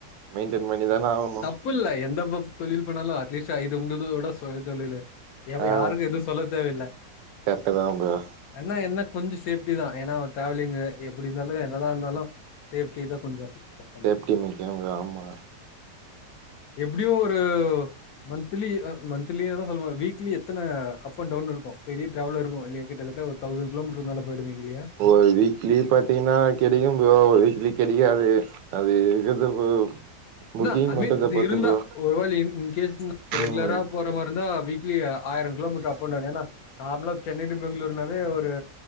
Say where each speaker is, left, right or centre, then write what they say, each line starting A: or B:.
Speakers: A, on the right; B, on the left.
A: மெயின்டைன் பண்ணிதான ஆவனு
B: ஃபுல்லா எந்தப்ப தொழில் போனாலு அட்லீஸ்ட் இது உங்கள்துதோட சுய தொழிலு எவ
A: ஆ
B: யாருக்கு எது சொல்ல தேவ இல்ல
A: கரெக்ட்டு தா ப்ரோ
B: ஆனா என்ன கொஞ்சோ சேஃப்டிதா எனா ட்ராவலிங்ள எப்டி இருந்தாலு என்னதா இருந்தாலு சேஃப்டிதா கொஞ்சோ ஆமா
A: சேப்டி முக்கியோ ப்ரோ ஆமா
B: எப்டியு ஒரு மந்த்லி அ மந்த்லியாத சொல்லுவோ வீக்லி எத்தன அப் அண்ட் டவுன் இருக்கு பெரிய டிரவல் இருக்கு இல்லையா கிட்டத்தட்ட தௌசன் கிலோமீட்டர் மேல போய்டுவீங்க இல்லயா
A: ஒரு வீக்லி பாத்தீங்கனா கெடைக்கு ப்ரோ ஒரு வீக்லி கெடைக்காது அது இருகுது ப்ரோ
B: அத்தா
A: புக்கிங்
B: ஐ
A: பண்றத
B: மீன் அப்டி
A: பொறுத்து
B: இருந்தா
A: ப்ரோ
B: ஒரு வாலி இன் கேஸ் ரெகுலரா
A: ம்
B: போற மாரி இருந்தா வீக்லி ஆயிரோ கிலோமீட்ரு அப் அண்ட் டவுனு எனா நார்மலா சென்னை டூ பெங்ளூர்னாவே ஒரு